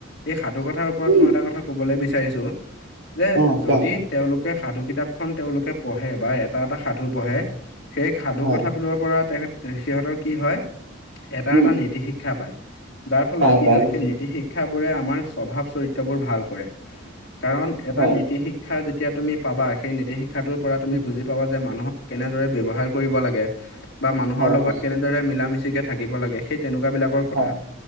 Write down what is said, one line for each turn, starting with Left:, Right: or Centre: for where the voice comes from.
Left: এই সাধু কথাৰ ওপৰত
Right: উম
Left: মই এটা কথা কবলৈ বিচাৰিছোঁ। যে
Right: অ
Left: যদি
Right: কোৱা
Left: তেওঁলোকে সাধু কিতাপ খন তেওঁলোকে পঢ়ে বা এ এটা এটা সাধু
Right: কোৱা
Left: পঢ়ে সেই সাধু
Right: হয়
Left: কথাবোৰৰ পৰা তেহে সিহঁতৰ কি হয়। এটা
Right: উম
Left: এটা নীতি শিক্ষা পায় যাৰ ফলত
Right: পায়
Left: কি
Right: পায়
Left: হয়
Right: নিশ্চয়
Left: সেই নীতি শিক্ষাবোৰে আমাক স্বভাৱ চৰিত্ৰবোৰ ভাল কৰে কাৰণ এটা
Right: হয়
Left: নীতি শিক শিক্ষা যেতিয়া তুমি পাবা সেই নীতি শিক্ষাটোৰ পৰা তুমি
Right: উম
Left: বুজি লগতে মানুহক কেনেদৰে ব্যৱহাৰ কৰিব লাগে বা মানুহৰ
Right: হয়
Left: লগত
Right: হয়
Left: কেনেদৰে দৰে মিলা মিচিকে থাকিব লাগে সেই তেনেকুৱা বিলাকৰ কথা।
Right: হয়